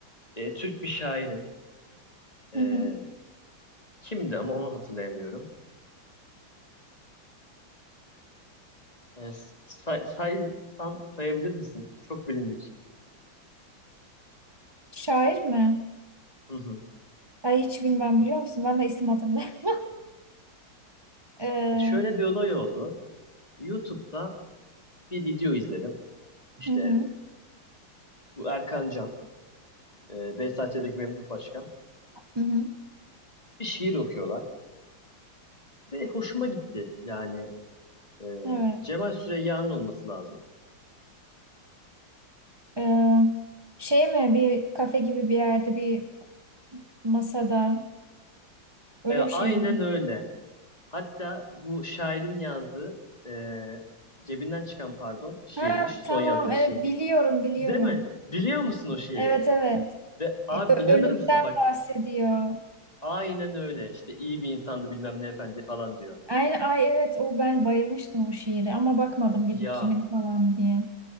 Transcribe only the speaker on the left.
Ee, Türk bir şairin.
Ee,
kimdi ama onu hatırlayamıyorum. Ee, say, saysan sayabilir misin? Çok bilindik.
Hı hı.
E, şöyle bir olay oldu. YouTube'da bir video izledim. İşte
bu Erkan Can, e, BSHC'deki Memduh Başkan.
Bir şiir okuyorlar. Ve hoşuma gitti. Yani e,
Cemal Süreyya'nın olması lazım.
Ya,
aynen
öyle. Hatta bu şairin yazdığı e, cebinden çıkan pardon şiirmiş.
Son yazdığı
şiirmiş.
Değil mi? Biliyor musun o şiiri?
Ve abi
inanır
mısın bak
aynen öyle işte iyi bir insandı bilmem ne efendi falan diyor.
Ya